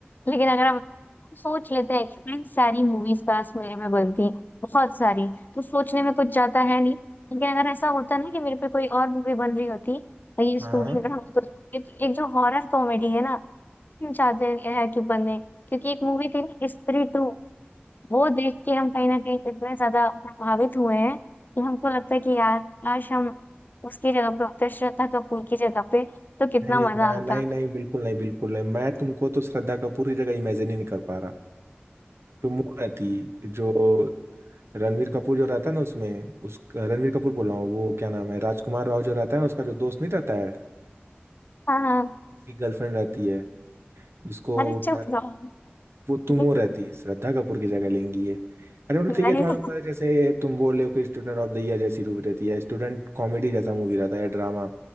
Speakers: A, on the left; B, on the right.
A: लेकिन अगर हम हम सोच लेते हैं कि इन सारी मूवीज पास मेरे में बनती हैं बहुत सारी तो सोचने में कुछ जाता है नहीं लेकिन अगर ऐसा होता ना कि मेरे पे कोई और मूवी बन रही होती और ये स्टूडेंट
B: हाँ हाँ।
A: हम तो एक एक जो हॉरर कॉमेडी है ना हम चाहते हैं कि बने क्योंकि एक मूवी थी ना स्त्री टू वो देख के हम कहीं ना कहीं इतने ज्यादा प्रभावित हुए हैं कि हमको लगता है कि यार काश हम उसकी जगह पे होते श्रद्धा कपूर की जगह पे तो कितना
B: नहीं नहीं
A: मजा
B: मैं
A: आता
B: नहीं नहीं बिल्कुल नहीं बिल्कुल नहीं मैं तुमको तो श्रद्धा कपूर की जगह इमेजिन ही नहीं कर पा रहा तुम वो रहती जो रणवीर कपूर जो रहता है ना उसमें उस रणवीर कपूर बोल रहा हूँ वो क्या नाम है राजकुमार राव जो रहता है ना उसका जो दोस्त नहीं रहता है
A: हाँ हाँ
B: उसकी गर्लफ्रेंड रहती है जिसको
A: अरे
B: उठा
A: चुप
B: ले
A: रहो
B: वो तुम
A: <laughs>
B: वो रहती श्रद्धा कपूर की जगह लेंगी ये अरे मतलब
A: नहीं
B: ठीक है तुम्हारे ऊपर है, जैसे तुम बोल रहे हो कि स्टूडेंट ऑफ द ईयर जैसी मूवी रहती है स्टूडेंट कॉमेडी जैसा मूवी रहता है या ड्रामा